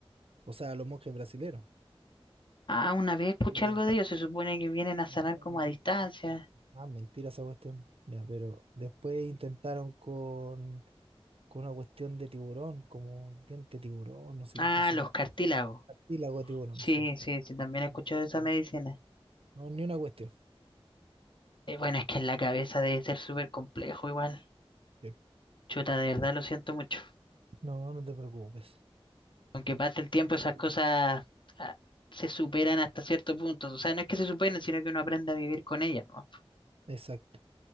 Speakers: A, on the right; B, on the left.
A: o sea, los monjes brasileros.
B: Ah, una vez escuché
A: Pero,
B: algo de ellos, se supone que vienen a sanar
A: no,
B: como
A: no,
B: a distancia.
A: no, no, más mentira esa cuestión. Ya, pero después intentaron con, con una cuestión de tiburón, como diente de tiburón, no sé
B: Ah,
A: qué cosa.
B: los cartílagos.
A: Cartílago de tiburón,
B: Sí,
A: sí.
B: sí, sí, también he escuchado
A: No,
B: de esa
A: tampoco.
B: medicina.
A: No, no, ni una cuestión.
B: Eh, bueno, es que en la cabeza debe ser súper complejo igual.
A: Sí.
B: Chuta, de verdad lo siento mucho.
A: No, no te preocupes.
B: Aunque pase el tiempo,
A: Eso
B: esas
A: te-
B: cosas ah, se superan hasta cierto punto. O sea, no es que se superen, sino que uno aprende a vivir con ellas, ¿no?
A: Exacto.